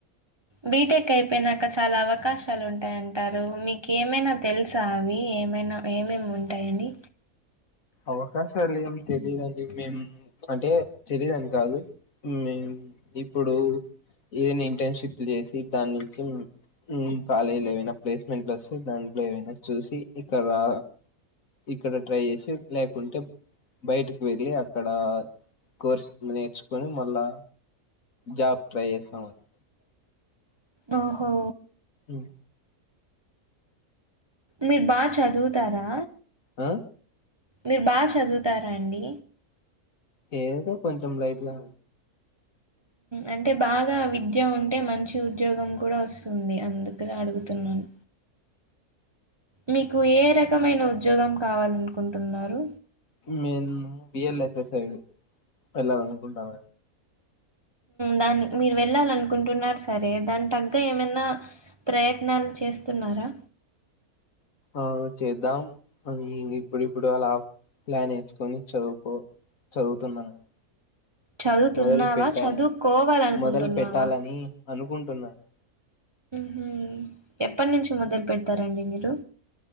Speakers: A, on the right; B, on the left.
A: బీటెక్ అయిపోయినాక చాలా అవకాశాలు ఉంటాయంటారు రు మీకు ఏమైనా తెలుసా అవి ఏమైనా ఏమేమి ఉంటాయని
B: అవకాశాలు ఏం తెలియదండి మేము అంటే తెలిదని కాదు మేం ఇప్పుడు ఈవెనింగ్ టైం షిప్ట్ చేసి దాని నుంచి ఊ కాలేజీల ఏవైనా ప్లేస్మెంట్లు వస్తే దాంట్లో ఏవైనా చూసి ఇక్కడ రా ఇక్కడ ట్రై చేసి లేకుంటే బయటకి వెళ్ళి అక్కడ కోర్సులు నేర్చుకొని మళ్ళా జాబ్ ట్రై చేస్తామండి
A: ఓహో
B: ఉ
A: మీరు బాగా చదువుతారా
B: అ
A: మీరు బా చదువుతారాండి
B: ఏదో కొంచెం లైట్లా
A: అంటే బాగా విద్య ఉంటే మంచి ఉద్యోగం కూడా వస్తుంది అందుకు గదడుగుతున్నాను మీకు ఏ రకమైన ఉద్యోగం కావాలనుకుంటున్నారు
B: నేను బిఎల్ఎస్ఎస్ఐ ఎలాలనుకుంటన
A: దాని మీరు వెళ్ళాలనుకుంటున్నారు సరే దాని తగ్గ ఏమన్నా ప్రయత్నాలు చేస్తున్నారా
B: ఆ చేద్దాం అని ఇప్పుడుప్పుడు అలా ప్లాన్ వేసుకొని చదువుకో చదువుతున్నానండి
A: చదువుతున్నావా?
B: మొదలు పెట్టాను,
A: చదువుకోవాలనుకుంటున్నావా?
B: మొదలు పెట్టాలని అనుకుంటున్నాను.
A: హుహ్ ఎప్పటి నుంచి మొదలు పెడతారండి మీరు?